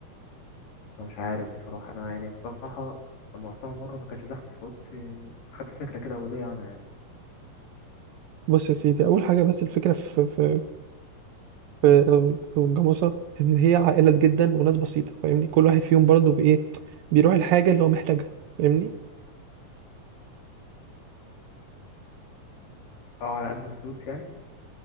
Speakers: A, on the left; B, on the right.
A: فمش عارف بصراحة أنا يعني بصراحة لما رحتها مرة ما كانش زحمة فقلت خدت فكرة كده أولية عنها يعني
B: بص يا سيدي أول حاجة بس الفكرة في في في في الجاموسة إن هي عائلات جدا وناس بسيطة فاهمني كل واحد فيهم برضه بإيه بيروح الحاجة اللي هو محتاجها فاهمني
A: أه على قد الفلوس يعني